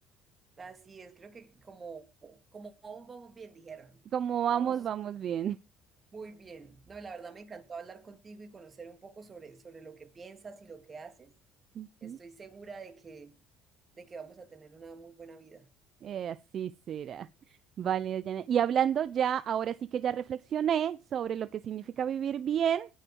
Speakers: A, on the right; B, on the right.
A: así es, creo que como, como vamos, vamos bien, dijeron.
B: Como vamos,
A: Vamos.
B: vamos bien.
A: Muy bien. No, la verdad me encantó hablar contigo y conocer un poco sobre, sobre lo que piensas y lo que haces.
B: <laughs> Ujú.
A: Estoy segura de que, de que vamos a tener una muy buena vida.
B: Eh, así será. Vale, Dayana. Y hablando ya, ahora sí que ya reflexioné sobre lo que significa vivir bien,